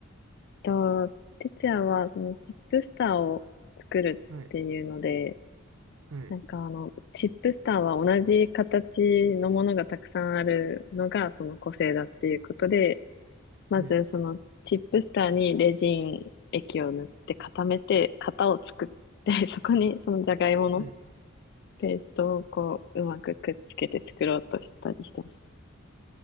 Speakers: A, on the left; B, on the right.
A: と、哲也はそのチップスターを作るっていうので、
B: はい、はい、
A: なんかあの、チップスターは同じ形のものがたくさんあるのがその個性だっていうことで、まずそのチップスターにレジン液を塗って固めて型を作って、
B: はい、
A: <laughs> そこにそのじゃがいもの
B: はい。
A: ペーストをこううまくくっつけて作ろうとしたりしてました。